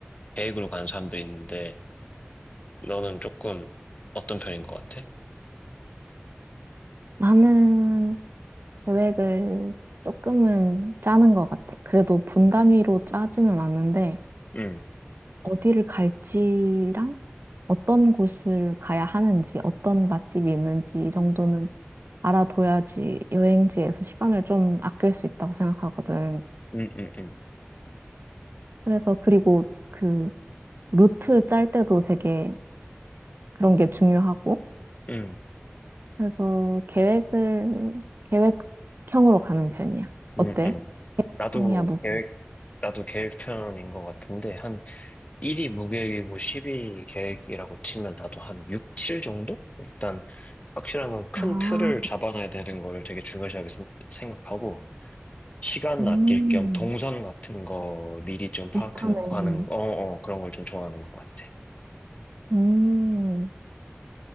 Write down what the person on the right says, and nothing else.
나는 계획을 조금은 짜는 것 같아. 그래도 분단위로
짜지는 않는데,
어디를 갈지랑 어떤 곳을 가야 하는지, 어떤 맛집이 있는지 이 정도는 알아둬야지 여행지에서 시간을 좀 아낄 수 있다고 생각하거든.
그래서 그리고 그 루트 짤 때도 되게 그런 게 중요하고,
그래서 계획을 계획형으로 가는 편이야. 어때?
계획형이야, 무기?
아,
음,
비슷하네.
음,